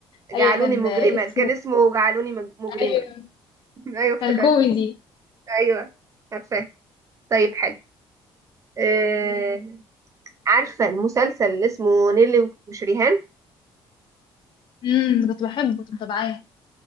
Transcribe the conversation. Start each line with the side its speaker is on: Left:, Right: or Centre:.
Right: جعلوني
Left: ايوه كان
Right: مجرما
Left: اسمه
Right: كان اسمه جعلوني مج- مجرما
Left: ايوه
Right: <laughs> ايوه افتكرته
Left: كان كوميدي
Right: ايوه عارفاه طيب حلو آه... عارفة المسلسل اللي اسمه نيلي وشريهان
Left: امم كنت بحبه كنت متابعاه